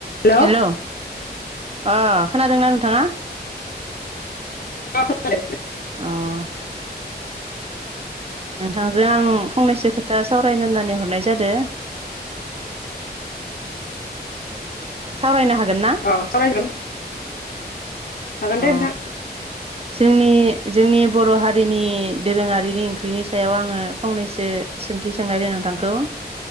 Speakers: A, on the left; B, on the right.
A: हेल' अ
B: हेलौ? अ। खोनादोंना नोंथांङा
A: खोनादों
B: अ। <inaudible> नोंथांजों आं फंनैसो खोथा सावरायनो होननानै हरनाय जादो। सावरायनो हागोन। ना
A: अ सावराय जागोन हागोनदे
B: अ
A: नोंथां
B: जोंनि जोंनि बर हारिनि दोरोंङारिनि ओंख्रिनि सायाव आंङो फंनैसो सोंथि सोंनायदों नोंथांखौ